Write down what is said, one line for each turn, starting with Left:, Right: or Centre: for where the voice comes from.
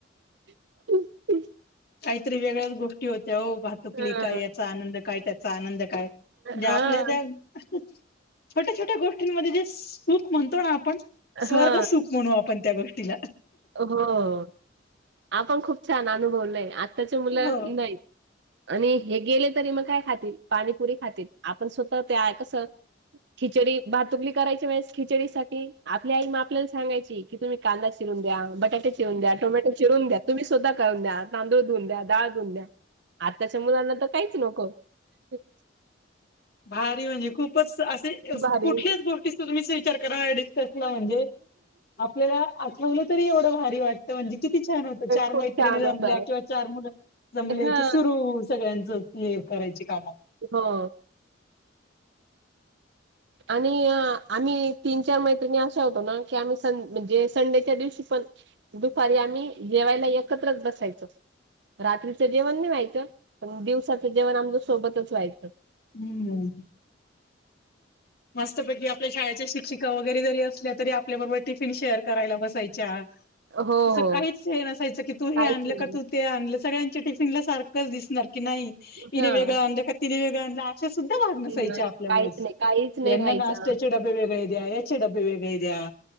Right: ह <inaudible> <unintelligible>
Left: काहीतरी वेगळ्याच गोष्टी होत्या हो भातुकली
Right: हा
Left: काय याचा आनंद काय त्यात चाय म्हणजे काय जे
Right: हा
Left: आपल्या त्या छोट्या छोट्या गोष्टींमध्ये जे सुख म्हणतो ना आपण स्वर्ग
Right: हा
Left: सुख म्हणू आपण त्या गोष्टीला
Right: हो आपण खूप छान अनुभवलं आत्ताच्या मुलं
Left: हो
Right: नाही आणि हे गेले तरी मग काय खातील पाणीपुरी खातील आपण स्वतः ते आहे कसं खिचडी भातुकली करायची वेळेस खिचडी साठी आपली आई मा आपल्याला सांगायची कि तुम्ही कांदा चिरून द्या बटाट ते चिरून्या दया टोमट चिरून द्या तुम्ही स्वतः करून द्या तांदूळ धुून द्या डाळ धुून द्या आत्ताच्या मुलांना तर काहीच नको ह <inaudible>
Left: भारी म्हणजे खूपच असे
Right: भारी
Left: कुठल्याच गोष्टीचा तुम्हीच विचार करा अडी कसला म्हणजे आपल्याला आठवलं तरी एवढं भारी वाटत म्हणजे किती छान होत चार
Right: खूप
Left: माहि
Right: छान
Left: ने जमल्या
Right: होत
Left: किंवा चार मुलं जमले
Right: हा
Left: की सुरू सगळ्यांच करायचीच क्लियर काम
Right: हो आणि आम्ही तीन चार मैत्रिणी असा होतो ना की आम्ही स म्हणजे संडेच्या दिवशी पण दुपारी आम्ही जेवायला एकत्रच बसायचो रात्रीचं जेवण नाही व्हायचं पण दिवसाचं जेवण आमच्या सोबतच व्हायचं
Left: हम्म मस्तपैकी आपल्या शाळेच्या शिक्षिका वगैरे जरी असल्या तरी आपल्याबरोबर टिफिन शेअर करायला बसायच्या
Right: हो
Left: असं
Right: हो
Left: काहीच हे नसायचं की तू हे
Right: काहीच
Left: आणलं
Right: नाही
Left: का तू ते आणलं सगळ्यांच्या टिफिनला सारखंच दिसणार की नाही इनने
Right: हा
Left: वेगळळा आणलं का तिने वेगळ आणलं अशा सुद्धा वागण्यासायच्या
Right: काहीच
Left: आपल्या वळेस
Right: नाही काहीच नाही
Left: येना
Right: राहायचं
Left: नाषटयाचे डबे वेगळे द्याया याचे डबे वेगळे द्या